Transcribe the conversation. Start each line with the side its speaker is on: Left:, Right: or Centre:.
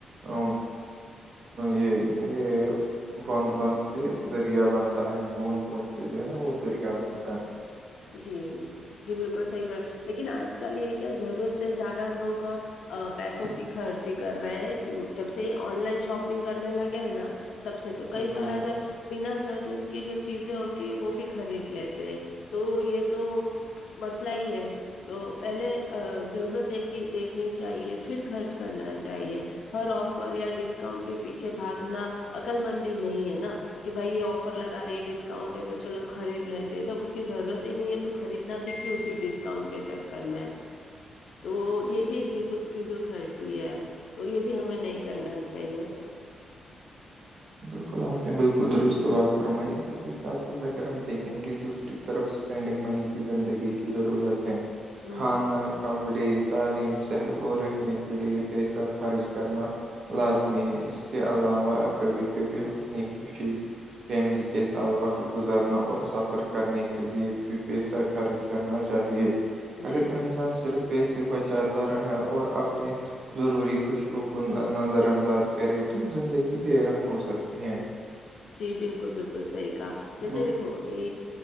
Right: ا یہ یہ بند بند سے دریا بنتا ہے بوند بوند سے جو ہے وہ دریا بنتا ہے
Left: جی جی بالکل صحیح بات لیکن آج کل یہ کیا ضرورت سے زیادہ لوگ پیسوں کی خرچ ہی کر رہے ہیں کی جب سے آن لائن شاپنگ کرنے لگے ہیں نا تب سے تو
Right: بالکل
Left: کئی بار
Right: بالکل
Left: اگر بنا ضرورت کی جو چیزیں ہوتی ہے وہ بھی خرید لیتے ہیں تو یہ تو مسئلہ ہی ہے تو پہلے ضرورت دیکھی دیکھنی چاہیے پھر خرچ کرنا چاہیے ہر آفر یا ڈسکاؤنٹ کے پیچھے بھاگنا عقل مندی نہیں ہے نا کہ بھائی یہ آفر لگا ہے یہ ڈسکاؤنٹ ہے تو چلو خرید لیتے ہیں جب اس کی ضرورت ہی نہیں ہے تو خریدنا بھی کیوں صرف ڈسکاؤنٹ کے چکر میں تو یہ بھی ایک فضول خرچی ہے تو یہ بھی ہمیں نہیں کرنا چاہیے
Right: بالکل آپ نے بالکل درست بات فرمائی اسی کے ساتھ ساتھ اگر ہم دیکھیں گے دوسری طرف سے اسپینڈنگ منی بھی زندگی کی ضرورت ہے
Left: ہ
Right: کھانا کپڑے تعلیم صحت اور رہنے کے لیے پیسہ خرچ کرنا لازمی ہے اس کے علاوہ کبھی کبھی اپنی خوشی فیملی کے ساتھ وقت گزارنا اور سفر کرنے کے لیے بھی پیسہ خرچ کرنا چاہیے
Left: جی
Right: اگر
Left: جی
Right: انسان صرف پیسے بچاتا رہا اور اپنے ضروری خوشیوں کو نظر انداز کرے تو زندگی بے رنگ ہو سکتی ہے
Left: جی بالکل بالکل صحیح کہا
Right: بالکل
Left: جیسے دیکھو ابھی